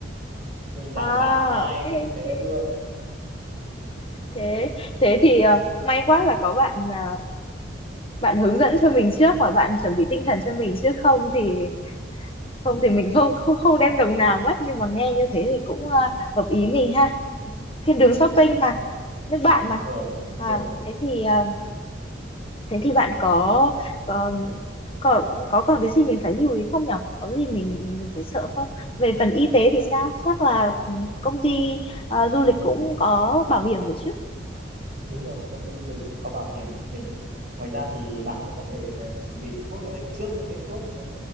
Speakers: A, on the right (about 45°); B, on the left (about 30°).
A: mình đảm
B: À,
A: bảo ai
B: ok ok.
A: cũng thế luôn
B: Thế thế thì ờ, may quá là có bạn ờ, bạn hướng dẫn cho mình trước và bạn chuẩn bị tinh thần cho mình chứ không thì không thì mình không không không đem đồng nào mất nhưng mà nghe như thế thì cũng ờ, hợp ý mình ha.
A: à,
B: Thiên đường shopping mà, nước bạn
A: đúng
B: mà.
A: rồi đúng
B: À,
A: rồi đúng
B: thế
A: rồi
B: thì ờ, thế thì bạn có có có có còn cái gì mình phải lưu ý không nhở? Có gì mình mình phải sợ không? Về phần y tế thì sao? Chắc là ừ, công ty ờ, du lịch cũng có bảo hiểm rồi chứ?
A: đúng rồi công ty du lịch sẽ có bảo hiểm cho mình ngoài ra thì bạn cũng có thể ờ, chuẩn bị thuốc ờ, trước những cái thuốc ờ,